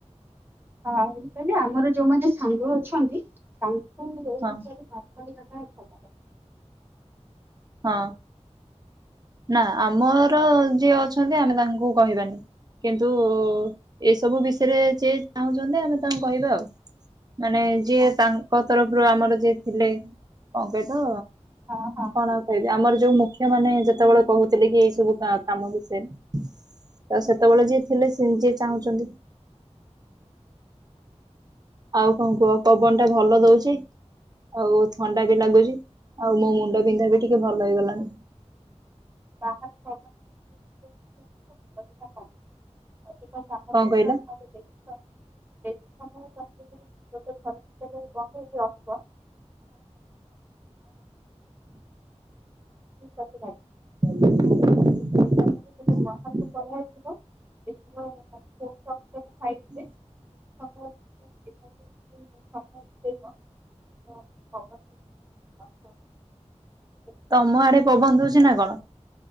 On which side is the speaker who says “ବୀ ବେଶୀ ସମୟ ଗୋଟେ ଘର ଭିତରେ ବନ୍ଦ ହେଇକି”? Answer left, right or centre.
Right